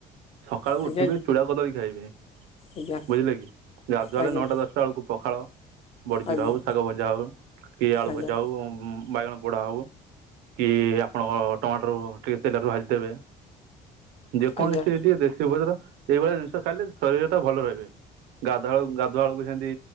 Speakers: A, on the right; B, on the left.
A: ସକାଳୁ
B: ଆଜ୍ଞା
A: ଉଠିବେ ଚୂଡ଼ା କଦଳୀ ଖାଇବେ।
B: ଆଜ୍ଞା
A: ବୁଝିଲେ କି ଗାଧୁଆଳେ
B: ଆଜ୍ଞା
A: ନଅଟା ଦଶଟା ବେଳକୁ ପଖାଳ ବଡିଚୁରା
B: ଆଜ୍ଞା
A: ହଉ ଶାଗ ଭଜା ହଉ କି ଆଳୁ
B: ଆଜ୍ଞା
A: ଭଜା
B: ଆଜ୍ଞା
A: ହଉ ବାଇଗଣ ପୋଡା ହଉ କି ଆପଣଙ୍କ ଟମାଟର ଟିକେ ତେଲରେ ଭାଜିଦେବେ। ଯେକୌଣସି
B: ଆଜ୍ଞା
A: ଟିକେ ଦେଶୀ ଉପଚାର ଏଇଭଳିଆ ଜିନିଷ ଖାଇଲେ ଶରୀର ଟା ଭଲ ରହିବେ। ଗାଧୁଆଳୁ ଗାଧୁଆଳୁକୁ ସେମତି